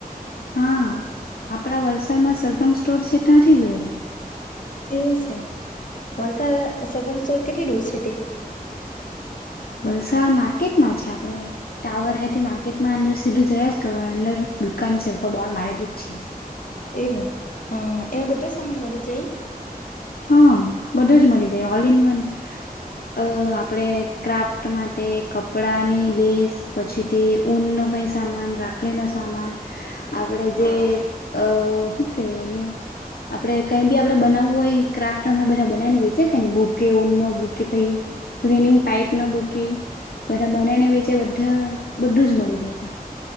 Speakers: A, on the left (about 75°); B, on the left (about 55°).
A: હા આપણા વલસાડમાં સરગમ સ્ટોર છે, ત્યાંથી જ વળી.
B: એવું છે, વલસાડ સરગમ સ્ટોર કેટલી દૂર છે તે?
A: વલસાડ માર્કેટમાં છે આપણે. ટાવર હે કે, માર્કેટમાં અંદર સીધું જયાસ જ કરવાનુ, અંદર દુકાન છે ઉપર બોડ મારેલું જ છે.
B: એવુ, અ એમાં બધોજ સામાન વધી જઈ.
A: હા બધો જ મળી જાય, ઓલ ઇન વન. અ આપડે ક્રાફ્ટ માટે, કપડાંની લેસ. પછી તે ઊનનો કંઈ સામાન, રાખડીનો સામાન. આપડે જે અ હું કેઈ એને આપડે કઈ બી આપણે બનાવવું હોય ક્રાફ્ટ હમણા બધા બનાવી ને વેચે છે નહી, બૂકે ઊનનો બૂકે પછી ક્લીનિંગ ટાઈપ નો બૂકે, બધા બને ને વેચે, બધા બધું જ મળી રહે ત્યાં.